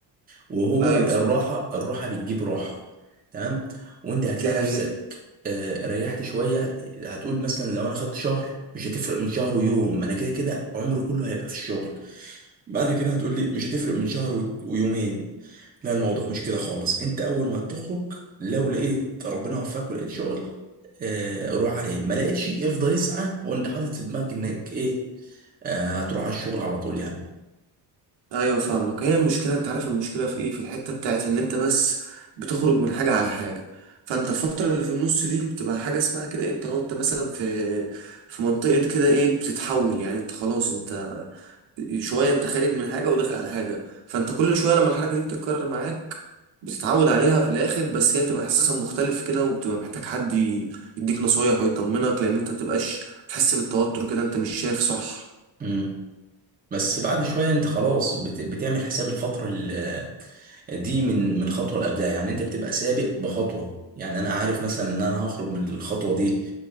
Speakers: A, on the right; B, on the right.
A: وهو
B: ايوه
A: الراحة
B: فهمت
A: الراحة بتجيب راحة تمام وانت هتلاقي
B: دي حقيقه
A: نفسك آه، ريحت شوية هتقول مثلا لو انا خدت شهر مش هتفرق من شهر ويوم ما انا كده كده عمري كله هيبقى في الشغل بعد كده هتقول لي مش هتفرق من شهر وت- ويومين لا الموضوع مش كده خالص انت اول ما تخرج لو لقيت ربنا وفقك ولقيت شغل آه روح عليه ما لقيتش افضل اسعى وانت حاطط في دماغك انك ايه آه هتروح على الشغل على طول يعني
B: ايوه فاهمك هي المشكله انت عارف المشكله في ايه في الحته بتاعت ان انت بس بتخرج من حاجه على حاجه فانت الفتره اللي في النص دي بتبقى حاجه اسمها كده إيه، انت انت مثلا في في منطقه كده ايه بتتحول يعني انت خلاص انت شويه انت خارج من حاجه وداخل على حاجه فانت كل شويه لما الحركه دي بتتكرر معاك بتتعود عليها في الاخر بس هي بتبقى احساسها مختلف كده وبتبقى محتاج حد ي- يديك نصايح ويطمنك لان انت بتبقاش تحس بالتوتر كده انت مش شايف صح
A: مم. بس بعد شوية انت خلاص بت... بتعمل حساب الفترة ال- دي من من خطوة اللي قبلها يعني انت بتبقى سابق بخطوة يعني انا عارف مثلا ان انا هخرج من الخطوة دي